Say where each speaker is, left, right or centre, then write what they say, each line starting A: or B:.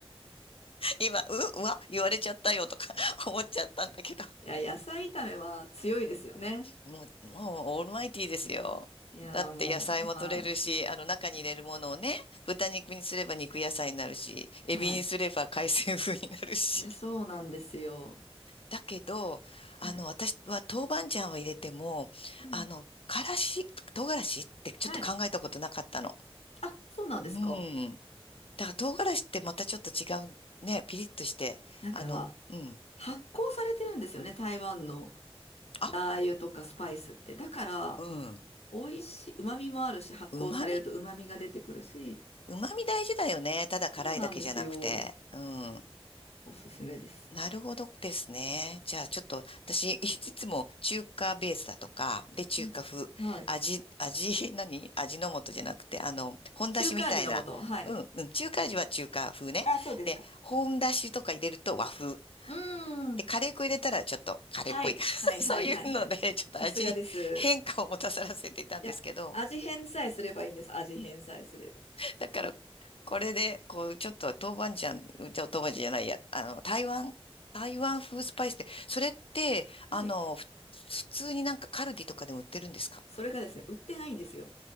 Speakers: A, on the left; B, on the left.
A: 今、う、うわ、言われちゃったよとか <laughs> 思っちゃったんだけど。
B: いや、野菜炒めは強いですよね。
A: もう、もうオールマイティーですよ。
B: いやー、
A: だって野菜も取れるし、
B: もう、は
A: あの中に入れるものをね、
B: い。
A: 豚肉にすれば肉野菜になるし、エビにすれば海鮮風になるし。
B: はい。いや、そうなんですよ。
A: だけど、あの、
B: はい。
A: 私は豆板醤は入れても、
B: うん。
A: あの、からし、唐辛子ってちょっと考えたことなかったの。
B: はい。あ、そうなんですか。
A: うん。だから唐辛子ってまたちょっと違うね。ピリッとして。
B: なんか、
A: あの、うん。
B: 発酵されてるんですよね、台湾の
A: あ、
B: ラー油とかスパイスって。だから、
A: うん。
B: 美味しい、旨味もあるし、発酵されると旨味が出てくるし、
A: うまみ、うまみ大事だよね。ただ辛いだけじゃなくて。
B: そうなんですよ。
A: うん。
B: おすすめです。
A: なるほどですね。じゃあちょっと私、い <laughs> つも中華ベースだとか、で、中華風、
B: うん。はい。
A: 味、味、<laughs> 何味の素じゃなくて、あの、本だしみたいな。
B: 中華味の素。はい。
A: うん、うん。中華味は中華風ね。
B: あ、そうですか。
A: で、本だしとか入れると和風。
B: うーん。
A: で、カレー粉入れたらちょっとカレーっぽいか。
B: はい。
A: <laughs> そういうので、
B: はいはいはいはい。
A: ちょっと味に変化を持たさらせていたんですけど、
B: さすがです。いや、味変さえすればいいんです。味変さえすれば。
A: だからこれで、こう、ちょっと豆板醤、じゃあ豆板醤じゃないや、あの、台湾、台湾風スパイスって、それって、あの、
B: はい。
A: ふ普通になんかカルディとかでも売ってるんですか
B: それがですね、売ってないんですよ。